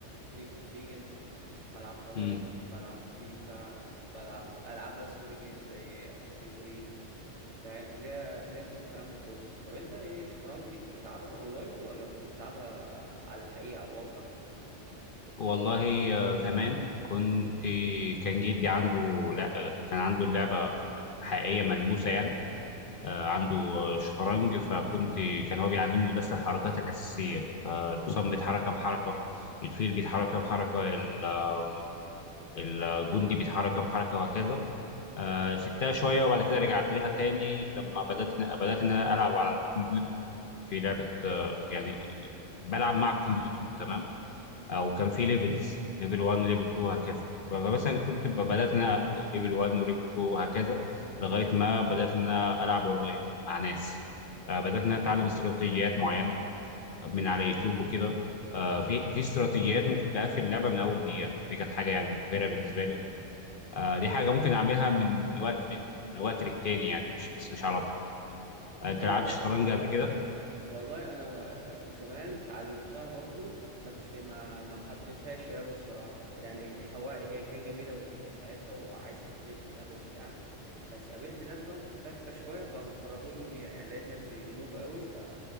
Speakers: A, on the right; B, on the left.
A: ليج اوف ليجندز بلعب فالورانت
B: امم
A: بلعب فيفا بلعب العاب بقى ستوري جيمز زي اساسين كريد فاهم ليه ليه في الكلام ده كله طب انت ايه الشطرنج دي كنت بتلعبها اونلاين ولا كنت بتلعبها على الحقيقه على الواقع
B: والله آه، زمان كنت كان جدي عنده لا آه، كان عنده اللعبه حقيقيه ملموسه يعني آه، عنده آه، شطرنج فكنت كان هو بيعلمني بس الحركات الاساسيه آه، الحصان بيتحرك كام حركه الفيل بيتحرك كام حركه ال- آه، الجندي بيتحرك كام حركه وهكذا آه، سبتها شويه وبعد كده رجعت لها تاني لما بدات بدات ان انا العب على الكمبيوتر كان في لعبه آه، يعني بلعب مع الكمبيوتر تمام او كان في ليفلز ليفل 1 ليفل 2 وهكذا فمثلا كنت ب- بدات ان انا ابدا ليفل 1 وليفل 2 وهكذا لغايه ما بدات ان انا العب اونلاين مع ناس آه، بدات ان انا اتعلم استراتيجيات معينه من على يوتيوب وكده آه، في في استراتيجيات ممكن تقفل اللعبه من اول دقيقه فدي كانت حاجه يعني مبهره بالنسبه لي آه دي حاجة ممكن أعملها من من وقت من من وقت للتاني يعني مش بس مش على طول آه، أنت
A: ايوه
B: لعبت شطرنج قبل كده؟
A: والله انا زمان اتعلمتها برضو بس ما ما حبيتهاش قوي الصراحه يعني هو هي كانت جميله ولذيذه ساعتها وعايز تشغيل دماغ وبتاع بس قابلت ناس بقى محترفه شويه فكرهوني فيها يعني لقيت نفسي نوب قوي ف-